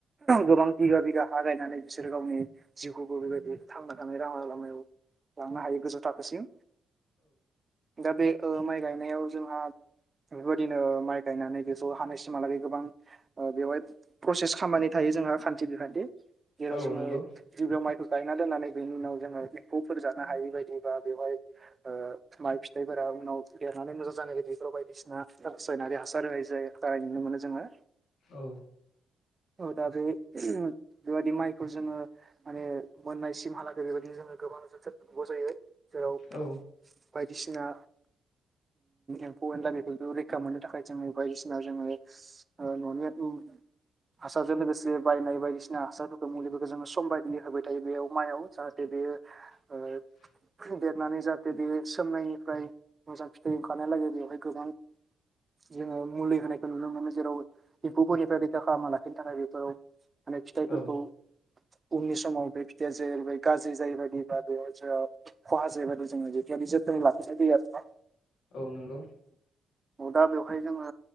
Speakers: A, on the right; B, on the left.
A: गोबां बिगा बिगा गायनानै बिसोरो गावनि जिउखौबो बेबायदि थांना थायलामा लामायाव लांनो हायो गोजौ थाखोसिम दा बे माइ गायनायाव जोंहा बेबायदिनो माइ गायनानै बेखौ हानाय मालाब बे गोबां बेवहाय प्रसेस खालामामनानै थायो जोंहा खान्थि बिखान्थि जेराव
B: औ
A: जोङो
B: नंगौ
A: जिबिायाव माइखौ गायना दोननानै बेनि उनाव जोङो एम्फौफोर जानो हायि बायदिबा
B: औ
A: ओ माइ फिथाइफोरा उनाव देरनानै मोजां जानाय गदैफोराव बायदिसिना रासायनारि हासार होनाय जायो नुनो मोनो जोङो।
B: औ
A: औ दा बे बेबायदि माइखौ जोङो माने मोननायसिमहालागै बेबायदिनो जोङो गोबां जोथोन लानांगौ जायो जेराव
B: औ
A: बायदिसिना एम्फौ एनला दामखौ रैखा मोननो थाखाय जोङो बायदिसिना जोङो न'नि हासारजों लोगोसे बायनाय बायदिसिना हासारफोरखौ मुलिफोरखौ जोङो सम बायदिनो होबाय थायो बेयाव माइयाव जाहाथे बेयो
B: <inaudible>
A: ओ देरनानै जाहाथे बे सोमनायनिफ्राय मोजां फिथाइ ओंखारनायलागै बेवहाय गोबां जोङो मुलि होनायखौ नुनो मोनो जेराव एम्फौफोरनिफ्राय रैखा खालामना लाखिनो थाखाय बेफोराव माने फिथाइफोरखौ
B: औ
A: उननि समाव बे फिथायाइया जाहैबाय गाज्रि जाहैबाय <unintelligible>
B: औ नंगौ
A: औ दा बेवहाय जोङो